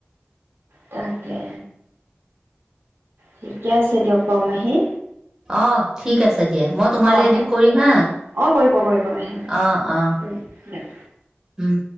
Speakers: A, on the right; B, on the right.
A: তাকে ঠিকে আছে দিয়ক বাও মাহী।
B: অ' ঠিক আছে দিয়া মই তোমাৰলে
A: অ'
B: এদিন কৰিম হা
A: অ' কৰিব কৰিব মাহী
B: অ' অ'
A: উম দিয়ক